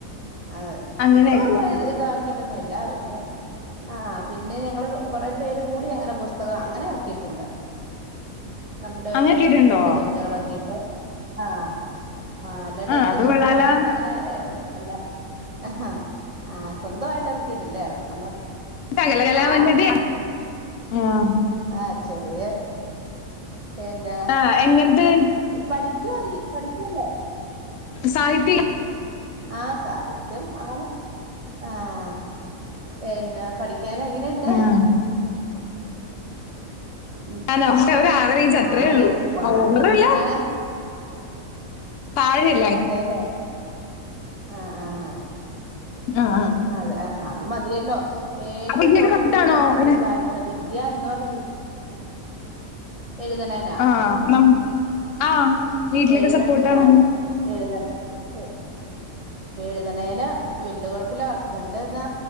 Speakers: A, on the right; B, on the left.
A: അതെ
B: അങ്ങനെയൊക്കെ
A: പുസ്തകം ഇതി ന്ന പിന്നെ ആ പിന്നെ ഞങ്ങള് കുറെ പേര് കൂടി അങ്ങനെ പുസ്തകമാക്കി അങ്ങനെ ഇറക്കിയിട്ടുണ്ട് നമ്മുടെ
B: അങ്ങനെയൊക്കെയിട്ടുണ്ടോ
A: ഒരു ഒന്ന് രണ്ട് കവിതകളൊക്കെയിട്ട് ആഹ് ആ അല്ലാണ്ട്
B: ആഹ്
A: എന്റെ
B: അത്
A: സ്വന്തമായിട്ട്
B: കൊള്ളാലോ
A: അങ്ങനെ ല്ല ആഹ് ആ സ്വന്തമായിട്ട് റക്കിയിട്ടില്ലേ ഇറക്കണം
B: സകലകലാവല്ലഭ്യ
A: ആഹ്
B: ആഹ്
A: ആഹ് ചെറിയ പിന്നെ
B: ആ എങ്ങനത്തെ
A: പഠിക്കൂ പഠിക്കൂല്ലേ
B: സാഹിത്യം
A: ആ സാഹിത്യം ആണ് ആഹ് പിന്നെ പഠിക്കാന എങ്ങനെയ ഇണ്ട്?
B: ആഹ്
A: ഉം,
B: അണോ ഒരാവറേജ്
A: വായ
B: അത്രേള്ളൂ
A: വായ
B: അഹ് ഒന്നുല്ല
A: ആ
B: പാഴ് -
A: അതെല്ലേ ആഹ് ആഹ്
B: ആഹ് -
A: അതെ ആഹ് അത് മതിയല്ലോ ഏറ്റവും
B: അപ്പൊ ഇങ്ങക്ക്
A: ടോപ്പിൽ
B: സപ്പോട്ടാണോ
A: പോയി പഠിച്ചിട്ടും
B: പിന്നെ
A: കാര്യം നവി വിദ്യയ എന്ന് പറഞ്ഞ എഴുതനാനാ
B: ആഹ് നം ആഹ് വീട്ടിലൊക്കെ
A: എഴുതൻ
B: സപ്പോർട്ടാണോന്ന്
A: ആഹ് എഴതാണ് ഓഹ് എഴുതണേന് വലിയ കുഴപ്പില്ല ഹസ്ബൻറ്റ് എന്നാ